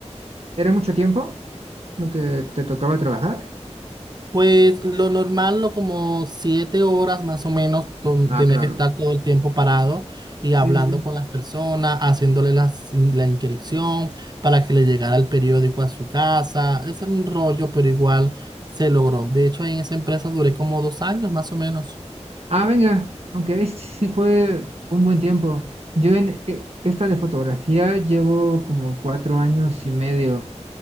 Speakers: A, on the right; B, on the right.
A: ¿Era mucho tiempo lo que te tocaba trabajar?
B: Pues lo normal, lo como siete horas más o menos, to-
A: Ah,
B: tenía
A: claro.
B: que estar todo el tiempo parado y
A: Sí,
B: hablando
A: sí.
B: con las personas, haciéndole las in- la inscripción para que le llegara el periódico a su casa. Ese era un rollo, pero igual se logró. De hecho, ahí en esa empresa duré como dos años más o menos.
A: Ah, venga, aunque ahí sí fue un buen tiempo. Yo en eh, esta de fotografía llevo como cuatro años y medio